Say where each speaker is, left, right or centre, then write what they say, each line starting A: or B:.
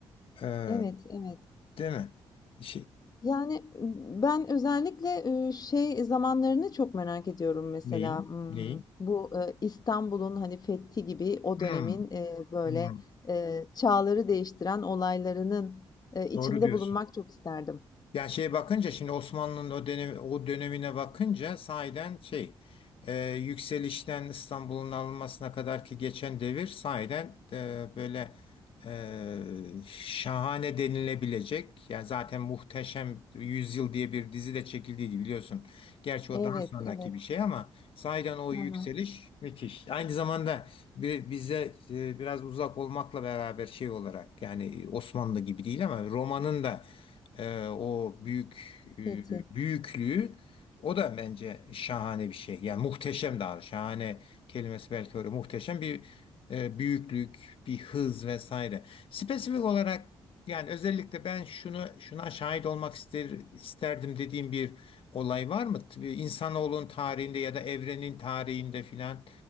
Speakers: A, on the left; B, on the left.
A: Ee,
B: Evet, evet.
A: değil mi? Şey,
B: Yani, ben özellikle, ııı, şey zamanlarını çok merak ediyorum mesela,
A: neyi?
B: ımm,
A: Neyi?
B: bu, ııı, İstanbul'un, hani, fethi gibi o
A: Hmm,
B: dönemin, eee, böyle,
A: hmm.
B: eee, çağları değiştiren olaylarının, eee, içinde
A: Doğru diyorsun.
B: bulunmak çok isterdim.
A: Yani şeye bakınca şimdi Osmanlı'nın o dönemi, o dönemine bakınca sahiden şey e, yükselişten İstanbul'un alınmasına kadar ki geçen devir sahiden e, böyle e, şahane denilebilecek. Yani zaten Muhteşem Yüzyıl diye bir dizi de çekildiydi biliyorsun. Gerçi
B: Evet,
A: o daha sonraki
B: evet.
A: bir şey ama sahiden o yükseliş
B: Hı
A: müthiş. Aynı zamanda bir, bize e, biraz uzak olmakla beraber şey olarak yani Osmanlı gibi değil ama Roma'nın da ee, o büyük e,
B: Peki.
A: büyüklüğü o da bence şahane bir şey. Yani muhteşem daha şahane kelimesi belki öyle muhteşem bir e, büyüklük, bir hız vesaire. Spesifik olarak yani özellikle ben şunu şuna şahit olmak ister, isterdim dediğim bir olay var mı? T- İnsanoğlunun tarihinde ya da evrenin tarihinde filan